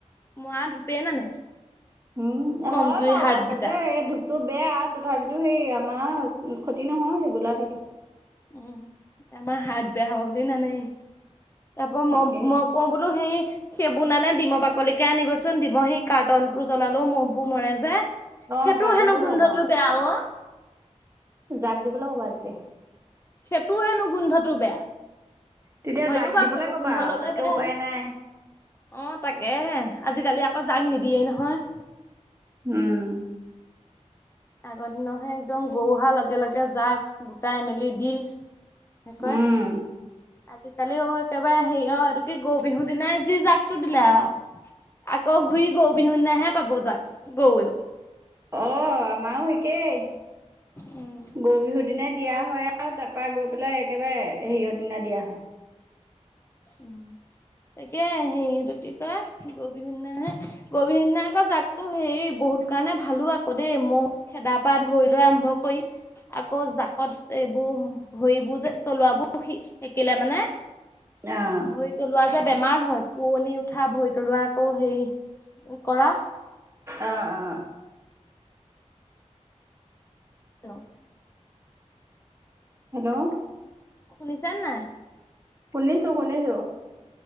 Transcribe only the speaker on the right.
উম
হয় বাৰু
আচলতে
এই ধূপ তটো বেয়া তথাপিতো সেই আমাৰ ক্ষতি নহয় ৰেগুলাৰ থাকে।
তাকে
অ
কাৰ্টনটো
ভাল
যাক দিবলে হব আজি
তেতিয়া
জাক
দিবলৈ
ক'বা
আৰু
তাতকে
উপায় নাই।
উম
উম,
অঁ আমাৰো একেই
গৰু বিহুৰ দিনাই দিয়া হয় আৰু তাৰপৰা গৈ পেলাই একেবাৰে হেৰিয়ৰ দিনা দিয়া হয়।
অ',
অঁ অঁ
হেল্ল'
শুনিছোঁ শুনিছোঁ।